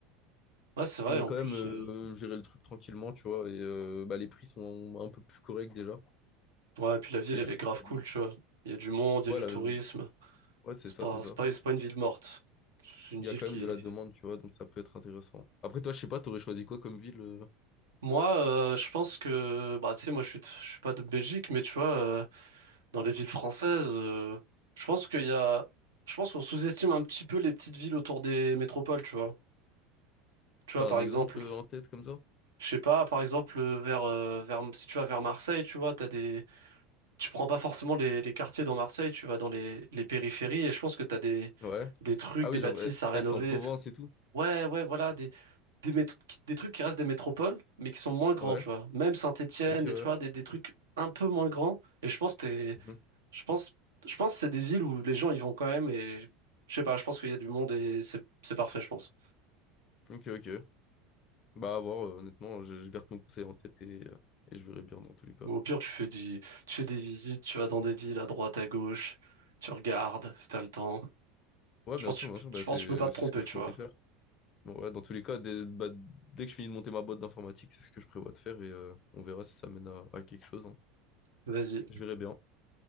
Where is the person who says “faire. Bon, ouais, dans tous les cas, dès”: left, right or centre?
Left